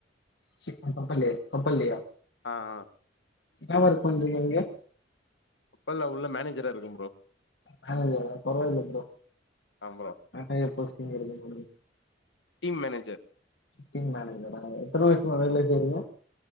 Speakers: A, on the left; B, on the left.
A: ஷிப் கப்பல்லே கப்பல்லேடா
B: ஆ ஆ
A: நா ஓர்க் பண்றீங்க அங்கே
B: பல்ல உள்ள மேனேஜரா இருகம் ப்ரோ
A: ஹலோ பரவாயில்லை ஃப்ரோ
B: ஆ ப்ரோ
A: ஆனா இப்போசிங்க இருக்கு ஃப்ரோ
B: டிம் மேனேஜர்
A: டீம் மேனேஜரா எத்தன வருஷமா வேலே செய்றீங்க